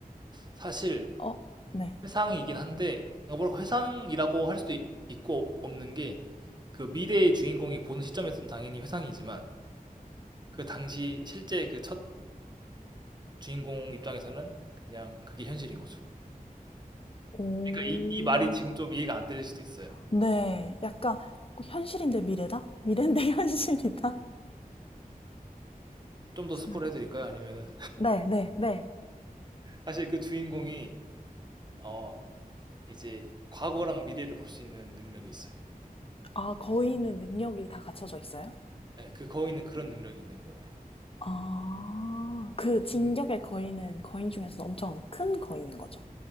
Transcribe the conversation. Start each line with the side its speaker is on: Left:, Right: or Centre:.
Right: 사실
Left: 어, 네.
Right: 회상이긴 한데 그러니까 뭐랄까 회상이라고 할 수도 있- 있고 없는 게 그 미래의 주인공이 보는 시점에서는 당연히 회상이지만 그 당시 실제 그 첫 주인공 입장에서는 그냥 그게 현실인 거죠.
Left: 오,
Right: 그러니까 이, 이 말이 지금 좀 이해가 안 될 수도 있어요.
Left: 네. 약간 현실인데 미래다? 미래인데 <laughs> 현실이다?
Right: 좀 더
Left: 정말.
Right: 스포를 해드릴까요? 아니면은
Left: 네, 네, 네.
Right: 사실 그 주인공이 어 이제 과거랑 미래를 볼 수 있는 능력이 있어요.
Left: 아, 거인은 능력이 다 갖춰져 있어요?
Right: 네, 그 거인은 그런 능력이 있는 거예요.
Left: 아, 그 진격의 거인은 거인 중에서는 엄청 큰 거인인 거죠.